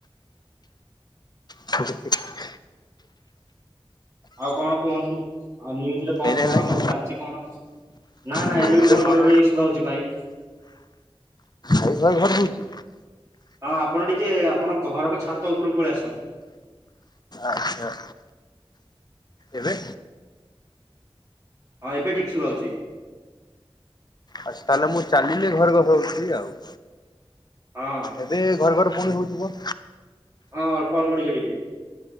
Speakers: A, on the left; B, on the right.
A: <unintelligible>
B: ଆଉ କଣ କୁହନ୍ତୁ ଆଉ ନିୟୁଜରେ କଣ
A: ଏଇନେ
B: କଣ
A: ହେଲା
B: ସବୁ
A: କି?
B: ଚାଲିଛି କଣ ନା ନାଇ
A: ନ୍ୟୁଜରେ
B: ଏବେ ବି ଘର
A: କଣ
B: ଘରରେ ଶୁବା ହଉଛି ଭାଇ।
A: ଭାଇ ଭାଇ ଘର ହଉଛି।
B: ହଁ ଆପଣ ଟିକେ ଆପଣଙ୍କ ଘରଟ ଛାତ ଉପରକୁ ପଳେଇ ଆସନ୍ତୁ।
A: ଆଚ୍ଛା। ଏବେ।
B: ହଁ ଏବେ ଠିକ୍ ଶୁଭାହଉଛି।
A: ଆଛା ତାହେଲେ ମୁଁ ଚାଲିଲି ଘର ଘସ ହଉଛି ଆଉ।
B: ହଁ।
A: ଏବେ ଘର ଘର ପୁଣି ହଉଥିବ।
B: ହଁ ଅଳ୍ପ ଅଳ୍ପ ଟିକେ ଟିକେ।